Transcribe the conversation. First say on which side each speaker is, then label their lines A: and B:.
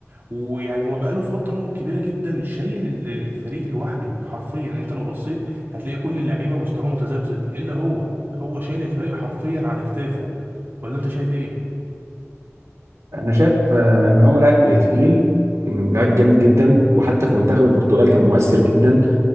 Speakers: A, on the right; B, on the right.
A: ويعني هو بقاله فترة كبيرة جدا شايل ال- الفريق لوحده حرفيا انت لو بصيت هتلاقي كل اللعيبة مستواه متذبذب إلا هو هو شايل الفريق حرفيا على كتافه ولا انت شايف ايه؟
B: انا شايف آه، ان هو لاعب تقيل م، لاعب جامد جدا وحتى في منتخب البرتغال كان مؤثر جدا